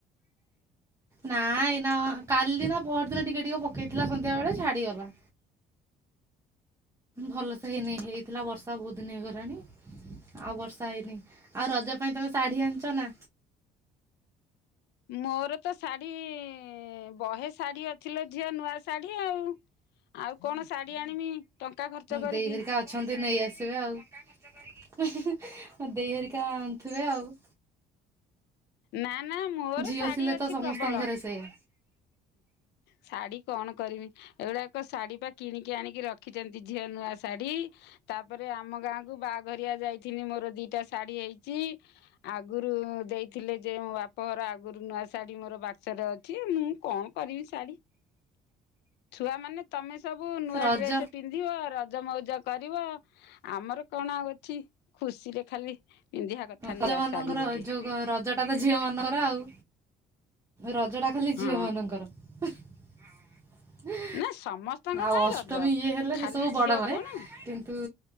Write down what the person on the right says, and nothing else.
ନା ଏଇନା କାଲି ନା ପଅର ଦିନ ଟିକେ ଟିକେ ପକେଇଥିଲା ସନ୍ଧ୍ୟା ବେଳେ ଛାଡିଗଲା। ଭଲ ସେ ହେଇନି ହେଇଥିଲା ବର୍ଷା ବହୁତ ଦିନ ହେଇଗଲାଣି। ଆଉ ବର୍ଷା ହେଇନି ଆଉ ରଜ ପାଇଁ ତମେ ଶାଢୀ ଆଣିଛ ନା?
ଦେଇ ହେରିକା ଅଛନ୍ତି ନେଇ ଆସିବେ ଆଉ ହୁଁ ହୁଁ ହୁଁ ଦେଇହରିକା ଆଣୁଥିବେ ଆଉ।
ଝିଅ
ଥିଲେ
ତ ସମସ୍ତଙ୍କ
ଘରେ ସେଇଆ
ରଜ
ପଅ
ମାନଙ୍କର
ଯୋଉ ରଜ ଟା ତ ଝିଅ ମାନଙ୍କର ଆଉ। ରଜଟା ଖାଲି
ଝିଅ ମାନଙ୍କର। ହ।
ଆଉ
ଅଷ୍ଟମୀ
ଇଏ ହେଲେ,
ସେ ସବୁ
ବଡ ମାନେ।
କିନ୍ତୁ